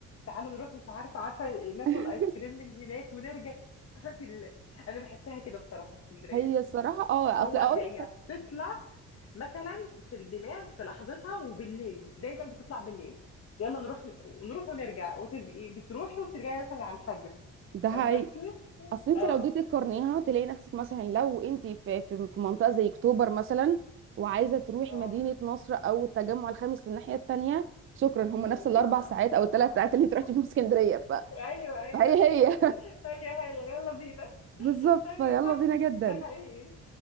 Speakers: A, on the left; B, on the right.
A: تعالوا نروح مش عارفه عارفه ناكل
B: <laughs>
A: ايس كريم من هناك ونرجع عارفه انت ال... انا بحسها كده بصراحه اسكندريه
B: هي الصراحه اه
A: هو
B: اصل اقول
A: هي بتطلع مثلا في الدماغ في لحظتها وبالليل دايما بتطلع بالليل يلا نروح نروح ونرجع وتبقي بتروحي وترجعي مثلا على الفجر
B: ده هي
A: عارفه انت <laughs>
B: اصل انت
A: اه
B: لو جيتي تقارنيها تلاقي نفسك مثلا لو انت في في في منطقه زي اكتوبر مثلا وعايزه تروحي
A: اه
B: مدينه نصر او التجمع الخامس للناحيه التانيه شكرا هم نفس
A: وبيبقى
B: الاربع ساعات او الثلاث
A: <laughs>
B: ساعات اللي انت رحتي فيهم اسكندريه
A: ايوه ايوه
B: هي هي
A: هي هي يلا بينا
B: <laughs> بالظبط
A: ايوه
B: فيلا
A: صح
B: بينا جدا
A: ده حقيقي